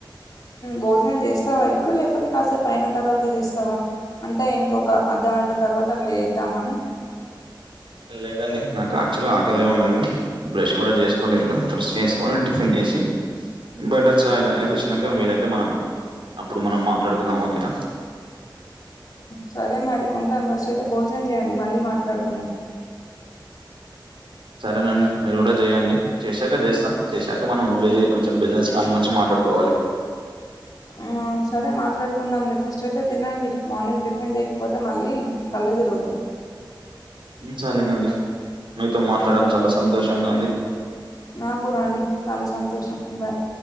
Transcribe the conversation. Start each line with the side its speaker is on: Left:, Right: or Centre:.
Left: భోజనం చేస్తావా ఇప్పుడు లేకపోతే కాసేపు అయిన తర్వాత చేస్తావా అంటే ఇంకొక అర్ధగంట తర్వాత అట్లా వేద్దామని
Right: లేదండి నాకు యాక్చువల్గా ఆకలి ఉన్నది బ్రష్ కూడా చేసుకోలే కదా బ్రష్ చేసుకని టిఫిన్ చే సి బైట చాయ్ తాగేసి వచ్చినాక వీలైతే మనం అప్పుడు మనం మాట్లాడుకుందాం ఓకేనా
Left: సరే మరి ఉంటాను ఫస్ట్ అయితే భోజనం చేయండి మళ్ళీ మాట్లాడుకుందాం
Right: సరేనండి మీరు కూడా చేయండి చేశాక చేస్తా చేశాక మనం వేరే కొంచెం బిజినెస్ ప్లాన్ గురించి మాట్లాడుకోవాలి
Left: అ సరే మాట్లాడుకుందాంలే ఫస్ట్ అయితే తినండి మార్నింగ్ టిఫిన్ చేయకపోతే మళ్ళీ కళ్ళు తిరుగుతాయి
Right: సరేనండి మీతో
Left: మ్మ్
Right: మాట్లాడడం
Left: బాయ్
Right: చాలా సంతోషంగా ఉంది
Left: నాకు కూడా అండి చాలా సంతోషం బాయ్